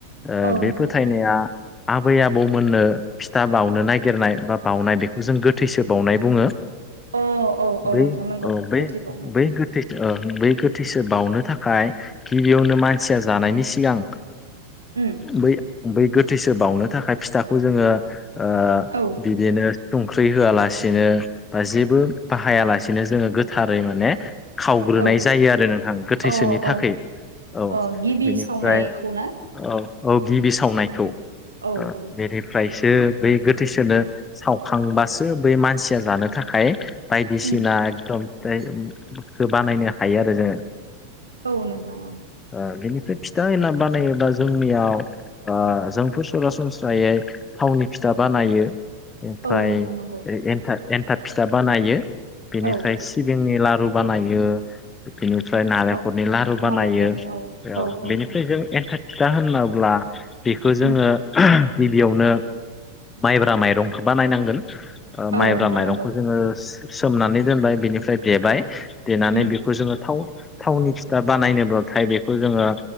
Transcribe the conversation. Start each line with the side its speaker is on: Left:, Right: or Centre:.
Left: ओ
Right: औ
Left: बे
Right: नोंथां
Left: फोथायनाया
Right: नंगौ
Left: आबै आबौमोननो फिथा बावनो नागिरनाय बा बाउनाय बेखौ जों गोथैसो बावनाय बुङो।
Right: अ औ औ
Left: बै
Right: नोंथां नंगौ
Left: औ बै
Right: गोथै बावनाय
Left: बै गोथैसो ओ बै गोथैसो बावनो थाखाय गिबियावनो मानसिया जानायनि सिगां
Right: उम
Left: बै बै गोथैसो बावनो थाखाय फिथाखौ जोंङो ओ
Right: औ
Left: बिदिनो सुंख्रै होआलासेनो बा जेबो बाहायालासेनो जोंङो गोथारै माने खाव ग्रोनाय
Right: औ
Left: जायो आरो नोंथां गोथैसोनि
Right: अ
Left: थाखाय
Right: अ
Left: औ
Right: अ गिबि
Left: बिनिफ्राय
Right: सावनायखौ ना
Left: औ औ गिबि सावनायखौ
Right: औ
Left: ओ
Right: औ
Left: बे फ्रायसो बै गोथैसोनो सावखांबासो बै मानसिया जानो थाखाय बायदिसिना
Right: उम
Left: एकदम फ्राय खोबानायनो हायो आरो जोंङो
Right: औ नोंथां औ
Left: ओ बेनिफ्राय फिथा एना बानायोबा जोंनियाव ओ जोंफो सरासनस्रायै थावनि फिथा बानायो ओमफ्राय
Right: औ नोंथां नंगौ
Left: एनथा एन्थाब फिथा बानायो बेनिफ्राय
Right: औ
Left: सिबिंनि लारु बानायो बेनिफ्राय नालेंखलनि
Right: औ
Left: लारु बानायो
Right: नालेंखरनि औ औ औ
Left: बेनिफ्राय
Right: औ
Left: जों एन फिथा होनोब्ला बेखौ जोंङो
Right: उम
Left: गिबियावनो माइब्रा माइरंखौ बानायनांगोन ओ
Right: औ
Left: माइब्रा
Right: नोंथां
Left: माइरंखौ
Right: नंगौ
Left: जोंङो सोमनानै दोनबाय बिनिफ्राय देबाय देनानै
Right: उम
Left: बेखौ जोंङो थाव थावनि फिथा बानायनोब्लाथाय बेखौ जोंङो